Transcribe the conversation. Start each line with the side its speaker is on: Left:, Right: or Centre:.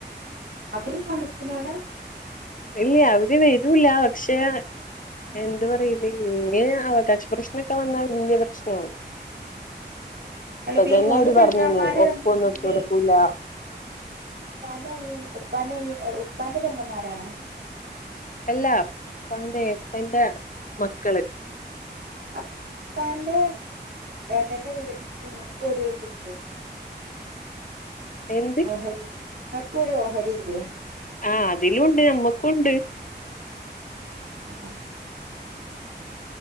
Right: അവര് താമസിക്ക്നാണ്.
Left: ഇല്ല അവര് വരൂല പക്ഷെ. എന്ത് പറയും ഇങ്ങനെ അവകാശ പ്രശ്നം വന്നാൽ വലിയ പ്രശ്നാവും.
Right: അല്ല
Left: ഇപ്പ തന്നെ
Right: ഈ മൂന്ന്
Left: അവര്
Right: പെങ്ങാമാര്
Left: പറഞ്ഞിന്ന് ഒപ്പൊന്നും
Right: പറഞ്ഞിട്ടുണ്ടെങ്കില്.
Left: <unintelligible>
Right: ഉപ്പാന്റെ അനിയ ഉപ്പാന്റെ അന ഉപ്പാന്റെ പെങ്ങമാരാണോ?
Left: അല്ലാ ഉപ്പാന്റെ ഏട്ടന്റെ മക്കള്.
Right: ഉപ്പാന്റെ ഏട്ടന്റെ <unintelligible>
Left: എന്ത്
Right: ഓഹരി നിങ്ങക്കും ഒരു ഓഹരില്ലേ?
Left: ആഹ് അതിലുണ്ട് ഞമ്മക്കുണ്ട്.
Right: ആഹ്